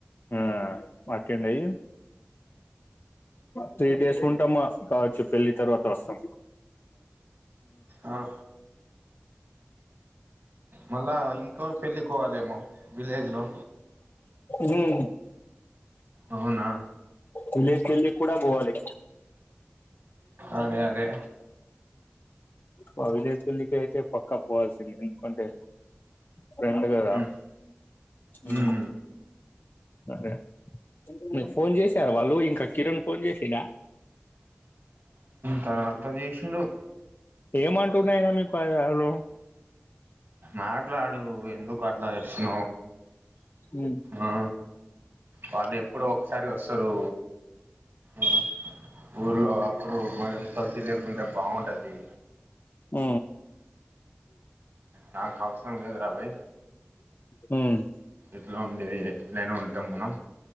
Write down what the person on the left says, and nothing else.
ఆ మాకేండైయి త్రీ డేస్ ఉంటామ్మా కావచ్చు పెళ్ళి తర్వాత వస్తాం
హూ
విలేజ్ పెళ్లికి కుడా పోవాలి
మా విలేజ పేల్లికి అయితే పక్కా పోవాల్సింది ఎందుకంటే ఫ్రెండ్ కదా
ఉ అదే మీకు ఫోన్ చేసార వాళ్ళు ఇంకా కిరణ ఫోన్ చేసినడా
ఏమ అంటున్నాయిర మీ పాయిదాలు
ఉమ్
ఊ
హ్మ్